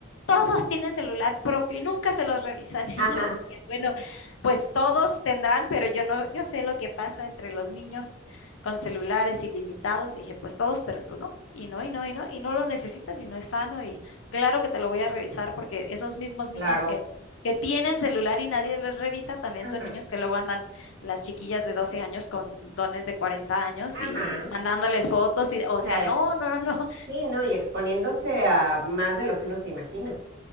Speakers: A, on the left; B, on the right.
A: todos tienen celular propio y nunca se los revisan. <laughs> Y
B: ajá,
A: yo decía, bueno, pues todos tendrán, pero yo no, yo sé lo que pasa entre los niños con celulares ilimitados. Le dije, pues todos, pero tú no. Y no, y no, y no, y no lo necesitas y no es sano. Y claro que te lo voy a revisar porque esos mismos
B: claro.
A: niños que, que tienen celular y nadie les revisa, también
B: Ajá,
A: son niños que luego andan las chiquillas de 12 años con dones de 40 años y
B: ajá,
A: mandándoles fotos. Y, o
B: sí.
A: sea, no, no, no, no.
B: Sí, no, y exponiéndose a más de lo que uno se imagina.